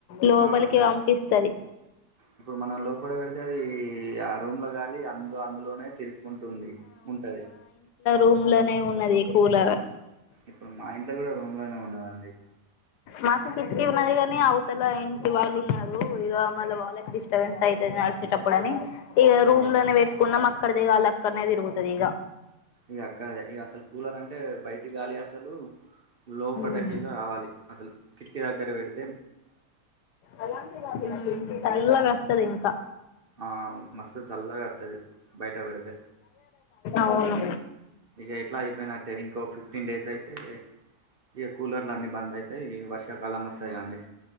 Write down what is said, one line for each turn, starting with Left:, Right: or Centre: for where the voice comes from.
Left: లోపలికి
Right: ఆ అది
Left: పంపిస్తది
Right: ఇప్పుడు మనం లోపల పెడితే అది ఆ రూమ్ల గాలి అందు అందులోనే తిరుగుకుంటుంది ఉంటది
Left: రూమ్ లోనే ఉన్నది కూలర్
Right: ఇప్పుడు మా ఇంట్ల కూడా రూమ్ లనే ఉన్నదం
Left: మాకు కిటికీ ఉన్నాదిగాని అవ్ తలా ఇంటి వాళ్ళు ఉన్నారు ఇగ మళ్ళ వాళ్ళకి డిస్టర్బెన్స్ అయితది నడిసేటప్పుడు అని ఇగ రూమ్
Right: ఆ
Left: లోనే పెట్టుకున్నాం అక్కది అలా అక్కన్నే తిరుగుతది ఇగ
Right: ఇగ అక్కడ ఇగ అసలు కూలర్ అంటే బయటి గాలి అసలు లోపటకేలీ
Left: మ్మ్
Right: రావాలి అసలు కిటికీ దగ్గర పెడ్
Left: మ్ చల్లగా వస్తది ఇంకా
Right: ఆ మస్ చల్లగా వస్తది బయట పెడితే
Left: అవును
Right: ఇగ ఎట్లా అయిపోయినట్టే ఇంకో ఫిఫ్టీన్ డేస్ అయితే ఇక కూలర్లు అన్నీ బంద్ అయితాయి వర్షాకాలం వస్తాయి అండి